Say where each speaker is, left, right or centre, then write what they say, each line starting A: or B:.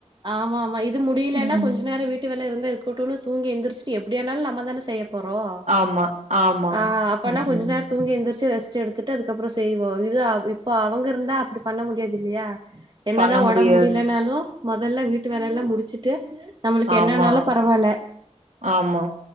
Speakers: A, on the right; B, on the right.
A: ஆமா ஆமா இது முடியலன்னா
B: ம்.
A: கொஞ்ச நேரம் வீட்டு வேல இருந்தா இருக்கட்டுனு தூங்கி எழுந்திரிச்சு எப்டியானலும் நம்ம தானே செய்ய போறோம்
B: ஆமா, ஆமா.
A: ஆ அப்னா
B: ம்,
A: கொஞ்ச
B: ம்.
A: நேரம் தூங்கி எந்திரிச்சு ரெஸ்ட் எடுத்துட்டு அதுக்கப்புறம் செய்வோம் இது இப்ப அவுங்க இருந்தா அப்டி பண்ண முடியாது இல்லையா என்னதான்
B: பண்ண முடியாது.
A: உடம்பு முடியலனாலும் முதல்ல வீட்டு வேல‌ எல்லாம் முடிச்சுட்டு நம்மளுக்கு
B: ஆமா,
A: என்னனாலும் பரவால
B: ஆமா.